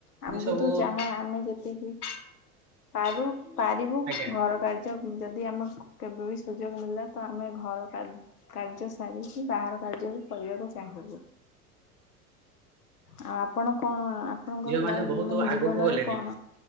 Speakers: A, on the left; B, on the right.
A: ଆ ମୁଁ
B: ସବୁ
A: କିନ୍ତୁ ଚାହେଁ ଆମେ ଯେତିକି ପାରୁ। ପାରିବୁ
B: ଆଜ୍ଞା
A: ଘର କାର୍ଯ୍ୟ ଯଦି ଆମକୁ କେବେ ବି ସୁଯୋଗ ମିଳିଲା ତ ଆମେ ଘର କା କାର୍ଯ୍ୟ ସାରିକି ବାହାର କାର୍ଯ୍ୟ ବି କରିବାକୁ ଚାହିଁବୁ। ଆ ଆପଣ କଣ। ଆପଣଙ୍କର
B: ଝିଅମାନେ
A: ଲାଇ
B: ବହୁତ
A: ମାନେ
B: ଆଗକୁ
A: ଜୀବନରେ
B: ଗଲେଣି
A: କଣ